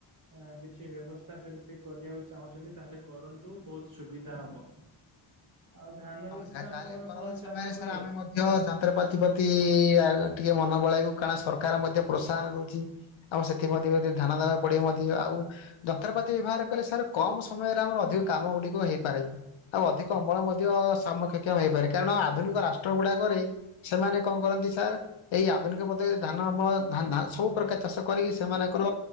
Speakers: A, on the right; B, on the left.
A: ଅଁ କିଛି ବ୍ୟବସ୍ଥା ସେମିତି କରିବାକୁ ଚାହୁଁଛନ୍ତି ତାହେଲେ କରନ୍ତୁ ବହୁତ ସୁବିଧା ହବ। ଆଉ ଧାନ
B: ହଁ
A: ବ୍ୟତିତ
B: ସାର୍
A: ଆପଣଙ୍କର
B: ତାହେଲେ ପରବର୍ତ୍ତୀ
A: କଣ
B: ସମୟରେ
A: ଚାଷ ହୁଏ?
B: <unintelligible> ଯନ୍ତ୍ରପାତି ପ୍ରତି ଆ ଟିକେ ମନ ବଳାଇବ କାରଣ ସରକାର ମଧ୍ୟ ପ୍ରୋତ୍ସାହନ ଦଉଛି। ଆଉ ସେଥି ପ୍ରତି ମଧ୍ୟ ଧ୍ୟାନ ଦେବାକୁ ପଡିବ ମଧ୍ୟ ଆଉ ଯନ୍ତ୍ରପାତି ବ୍ୟବହାର କଲେ ସାର୍ କମ ସମୟରେ ଆମର ଅଧିକ କାମ ଗୁଡିକ ହେଇପାରେ। ଆଉ ଅଧିକ ଅମଳ ମଧ୍ୟ ସମକକ୍ଷ ହେଇପାରେ। କାରଣ ଆଧୁନିକ ରାଷ୍ଟ୍ର ଗୁଡାକରେ ସେମାନେ କଣ କରନ୍ତି ସାର୍ ଏଇ ଆଧୁନିକ ପଦ୍ଧତିରେ ଧାନ ଅମଳ ଧାନ ଧା ସବୁ ପ୍ରକାର ଚାଷ କରିକି ସେମାନଙ୍କର